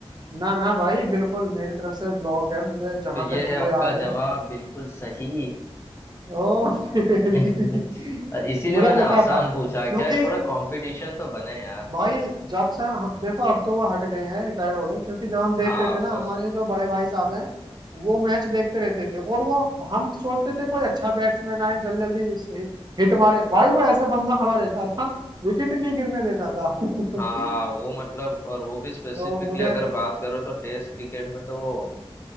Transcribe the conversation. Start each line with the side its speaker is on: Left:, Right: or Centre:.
Right: ना ना भाई बिल्कुल मेरी तरफ से ब्लॉक है मुझे जहां
Left: तो ये
Right: तक मुझे
Left: है आपका
Right: याद है
Left: जवाब बिल्कुल सही
Right: ओ <laughs> तेरी
Left: <laughs> इसीलिए
Right: मुझे
Left: मैंने
Right: पता
Left: आसान
Right: था
Left: पूछा
Right: क्योंकि
Left: क्या है थोड़ा कंपटीशन तो बने यार
Right: भाई जब से हम- देखो अब तो वो हट गए हैं रिटायर हो गए क्योंकि जब हम देखते
Left: हाँ
Right: थे
Left: ऑफकोर्स
Right: ना हमारे जो बड़े भाई साहब हैं वो मैच देखते रहते थे और वो हम सोचते थे कोई अच्छा बैट्समैन आए जल्दी जल्दी हिट मारे भाई वो ऐसा बंदा खड़ा रहता था विकेट नहीं गिरने देता था <laughs>
Left: हाँ वो मतलब और वो भी स्पेसिफिकली
Right: तो मुझे
Left: अगर बात करो तो टेस्ट क्रिकेट में तो वो